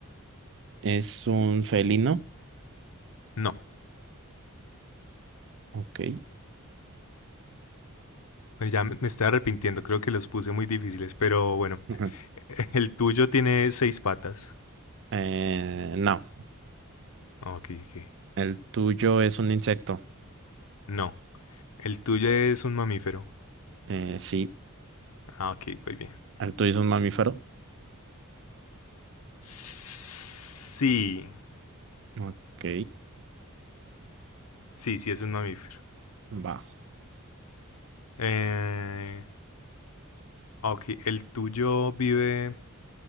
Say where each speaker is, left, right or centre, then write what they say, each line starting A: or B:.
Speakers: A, on the right; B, on the left.
A: es un felino?
B: No.
A: Ok.
B: Bueno, Ya me me estoy arrepintiendo, creo que los puse muy difíciles, pero bueno.
A: Ujú.
B: <laughs> El tuyo tiene seis patas.
A: Eh, no.
B: Ok, ok.
A: ¿El tuyo es un insecto?
B: No. El tuyo es un mamífero.
A: Eh, sí.
B: Ah, ok, muy bien.
A: ¿El tuyo es un mamífero?
B: Sí.
A: Ok,
B: Sí, sí es un mamífero.
A: va.
B: Eh, Ah, Ok, el tuyo vive